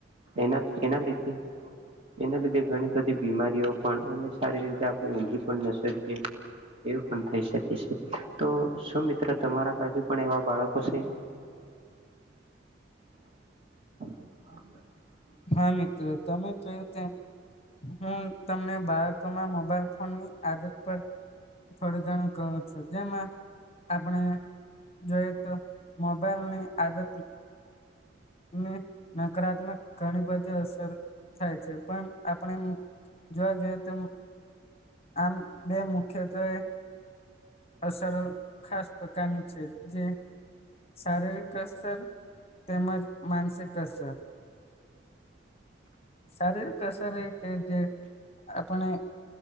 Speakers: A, on the right; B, on the left.
A: એના એના લીધે એના લીધે ઘણી બધી બીમારીઓ પણ અને સારી રીતે આપણે ઊંઘી પણ ન શકીએ એવું પણ થઈ શકે છે, તો શું મિત્ર તમારા બાજુ પણ એવા બાળકો છે? <inaudible>
B: હા મિત્રો તમે કયું તેમ હું તમને બાળકોમાં મો બાઈલ ફોનની આદત પર થોડું ઘણું કવુ છું જેમાં આપણે જોઈએ તો મોબાઈલની આદત ની નકારાત્મક ઘણી બધી અસર થાય છે, પણ આપણે જોવા જઈએ તેમ આમ બે મુખ્યત્વે. અસરો ખાસ પ્રકારનું છે, જે શારીરિક અસર, તેમજ માનસિક અસર. શારીરિક અસર એ કે જે આપણે